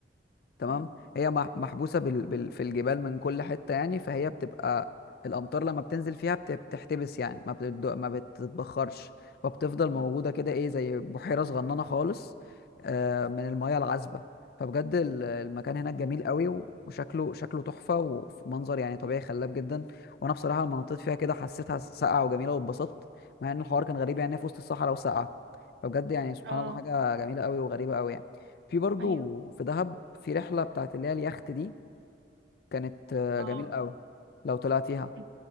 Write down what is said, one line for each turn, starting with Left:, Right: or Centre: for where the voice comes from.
Left: تمام
Right: امم
Left: هي مح- محبوسه بال... بال... في الجبال من كل حته يعني فهي بتبقى الامطار لما بتنزل فيها بت... بتحتبس يعني ما بتد... ما بتتبخرش فبتفضل موجوده
Right: امم
Left: كده ايه زي بحيره صغننه خالص آه من المياه العذبه فبجد ال- المكان هناك جميل قوي و- وشكله شكله تحفه ومنظر يعني طبيعي خلاب جدا وانا بصراحه لما نطيت فيها كده حسيتها ساقعه وجميله واتبسطت مع ان الحوار كان غريب يعني في وسط الصحراء وساقعه فبجد يعني سبحان
Right: اه
Left: الله حاجه جميله قوي وغريبه قوي يعني في برضو
Right: ايوه
Left: في دهب في رحله بتاعت اللي هي اليخت دي كانت آه،
Right: اه
Left: جميله قوي لو طلعتيها
Right: مم.